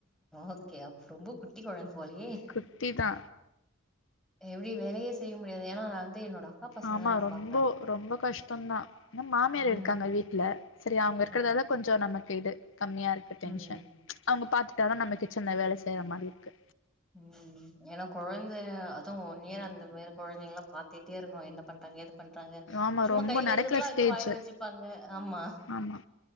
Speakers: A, in the centre; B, on the left (about 65°).
A: ஓகே அப்போ ரொம்ப குட்டி கொழந் போலயே
B: குட்டி தா
A: எப்டி வேலயே செய்ய முடியாது ஏன்னா நா வந்து என்னோட அக்கா பசங்கள
B: ஆமா
A: நான்
B: ரொம்ப
A: பாப்பேன்
B: ரொம்ப கஷ்டம்தான் ஏ மாமியார்
A: ம்
B: இருக்காங்க வீட்ல சரியா அவங்க இருக்கிறதால
A: ஒ
B: கொஞ்சம் நமக்கு இது கம்மியா இருக்கு டென்ஷன்
A: ம்
B: அவங்க பாத்து தான் நம்ம கிச்சன்ல வேலை செய்யற மாரி இருக்கு
A: ம் ம் ஏன்னா குழந்தை அதுவும் ஒன் இயர் அந்த மாரி குழந்தைங்கல்லாம் பார்த்துட்டே இருக்கணும் என்ன பண்றாங்க எது பண்றாங்க
B: ஆமா
A: சும்மா
B: ரொம்ப
A: கையில
B: நடக்கற
A: இருக்கறதுலா எடுத்து
B: ஸ்டேஜ்
A: வாயில வச்சுப்பாங்க ஆமா
B: ஆமா